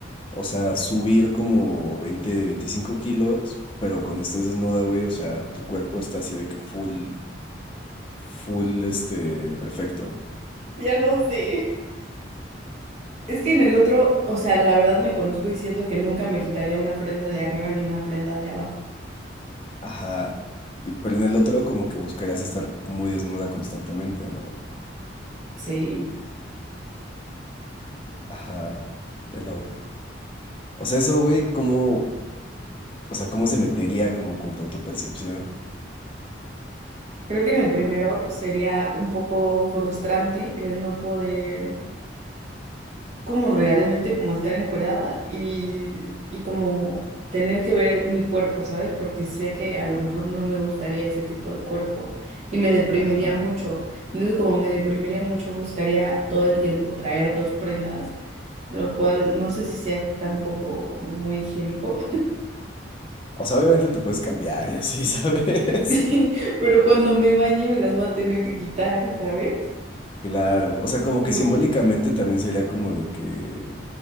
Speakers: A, on the left; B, on the right.
A: o sea, subir como 20, 25 kilos, pero cuando estés desnuda, güey, o sea, tu cuerpo está así de que full, full, este, perfecto.
B: Ya no sé. Es que en el otro, o sea, la verdad me conozco y siento que nunca me quitaría una prenda de arriba ni una prenda de abajo.
A: Ajá. Y, pero en el otro como que buscarías estar muy desnuda constantemente, ¿no?
B: Sí.
A: Ajá. Elabora. O sea, eso, güey, ¿cómo, o sea, cómo se metería como con tu autopercepción?
B: Creo que en el primero sería un poco frustrante el no poder como realmente como estar encuerada y, y como tener que ver mi cuerpo, ¿sabes? Porque sé que a lo mejor no me gustaría ese tipo de cuerpo y me deprimiría
A: Ajá.
B: mucho. Entonces, como me deprimiría mucho, buscaría todo el tiempo traer dos prendas lo cual no sé si sea tampoco como muy higiénico,
A: O sea, obviamente te puedes cambiar y así, <laughs> ¿sabes?
B: <laughs> sí, pero cuando me bañe me las voy a tener que quitar, ¿sabes?
A: Claro. O sea, como que
B: Y
A: simbólicamente
B: yo,
A: también sería como de que,